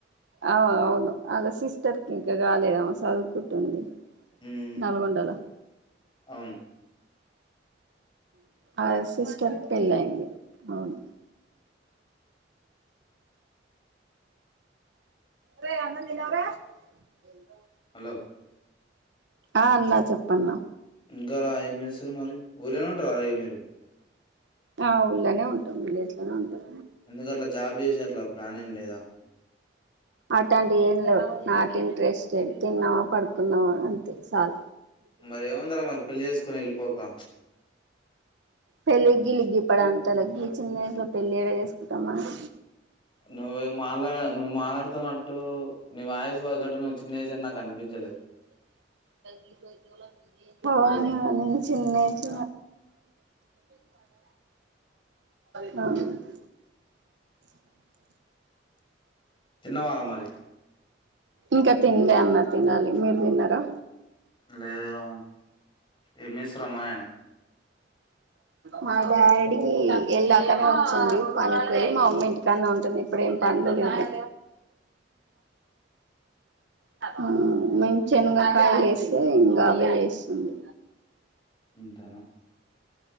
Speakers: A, on the right (about 70°); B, on the left (about 25°).
A: ఆ అవును అలా సిస్టర్ కి ఇంకా కాలే చదువుకుంటుంది
B: మ్మ్
A: నల్గొండలో
B: అవును
A: ఆ సిస్టర్ పెళ్ళి అయింది అవును రే అన్నాం తినవర, తింట
B: హలో
A: ఆ అన్నా చెప్పన్నా
B: ఇంకా రా ఏం చేస్తారు మరి ఊర్లనే ఉంటార్రార ఇగ మీరు
A: ఆ ఊళ్ళనే ఉంటాం విలేజ్ లోనే ఉంటాం
B: ఎందుకు అట్లా జాబ్ చేసి ఆట్లా ప్లాన్ ఏం లేదా
A: అతంతీయి ఏం లేవు నాట్ ఇంట్రెస్టెడ్ తిన్నామా పడుకున్నామా అంతే శాల
B: మరీ ఏమందిర మరి పెళ్లి చేసుకని వెళ్ళిపో కా
A: వెలిగిలిగి వడ అంత లేదు గి చిన్న ఏజ్ల పెళ్ళి ఎడ చేసుకుంటాం మనం
B: నువ్వు ఎం మాలా నువ్వు మాట్లాడుతున్నట్టు నీ వాయసు ఒకటి నువ్వు చిన్నజ అని నాకు అనిపించలేదు
A: ఇ సోచతేలా <inaudible>
B: అందుకోసం
A: అవును నాని చిన్న ఏజ్ <unintelligible> <unintelligible> <inaudible>
B: తిన్నవారా మరి
A: ఇంకా తిన్లే అన్న తినాలి మీరు తిన్నారా
B: లేదు ఏం చేస్తున్రు అమ్మ గిన
A: మా డాడీ ఏళ్ళాకనే వచ్చిండు పనికిపోయి మా మమ్మీ ఇంటికాన్నే ఉంటుంది ఇప్పుడేం పన్లు లెవ్వు <unintelligible> మేము చెంగకాయిలేస్తే ఇంగా అవే చేస్తుంది
B: అంతేనా